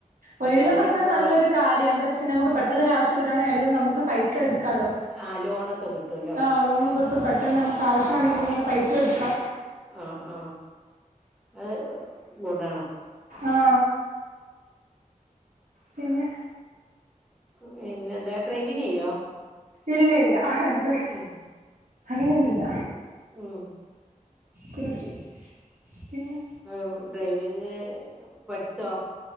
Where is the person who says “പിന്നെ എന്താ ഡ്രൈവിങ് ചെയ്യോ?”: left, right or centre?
Centre